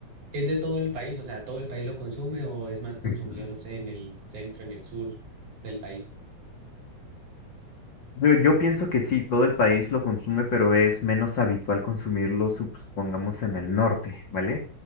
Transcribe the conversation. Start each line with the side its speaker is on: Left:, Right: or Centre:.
Right: ¿es de todo el país? O sea, ¿todo el país lo consume o es más consumido,
Left: <laughs>
Right: no sé, en el centro, en el sur del país?
Left: Yo, yo pienso que sí, todo el país lo consume, pero es menos habitual consumirlo, sup- supongamos, en el norte, ¿vale?